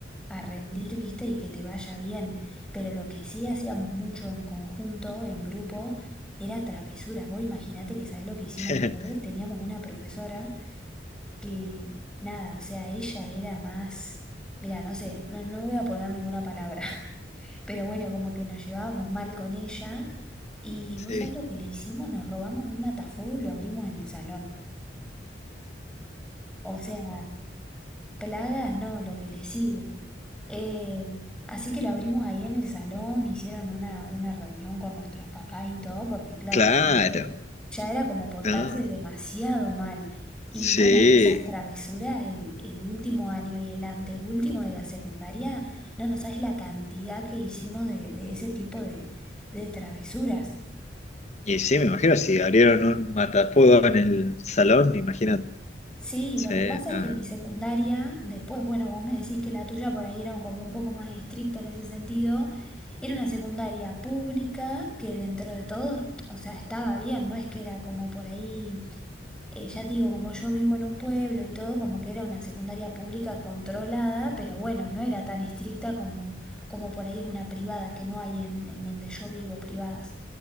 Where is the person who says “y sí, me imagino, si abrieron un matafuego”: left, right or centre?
Left